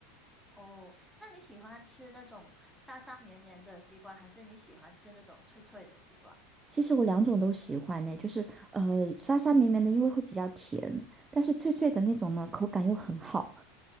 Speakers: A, in the centre; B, on the right.
A: 哦，那你喜欢吃那种沙沙绵绵的西瓜，还是你喜欢吃那种脆脆的西瓜？
B: 其实我两种都喜欢呢，就是呃沙沙绵绵的，因为会比较甜，但是脆脆的那种呢，口感又很好，